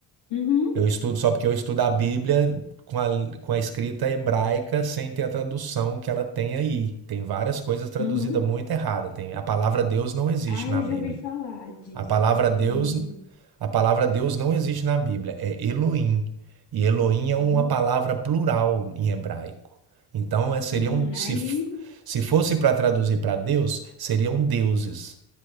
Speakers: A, on the left; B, on the right.
A: uhum,
B: Eu estudo só porque eu estudo a Bíblia com a, com a escrita hebraica sem ter a tradução que ela tem aí. Tem várias coisas traduzidas
A: uhum.
B: muito errada. Tem, a palavra Deus não existe
A: Ah,
B: na
A: eu
B: Bíblia.
A: já ouvi falar disso,
B: A palavra
A: que tem.
B: Deus, a palavra Deus não existe na Bíblia. É Elohim. E Elohim é
A: Uhum,
B: uma palavra plural em hebraico. Então, é, seriam
A: uhum.
B: se,
A: Aí,
B: se fosse para traduzir para Deus, seriam deuses.